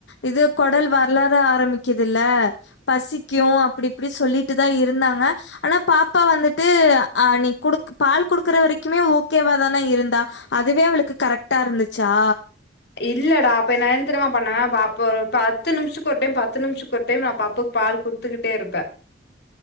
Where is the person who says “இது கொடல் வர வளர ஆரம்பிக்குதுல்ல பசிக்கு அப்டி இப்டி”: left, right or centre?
Left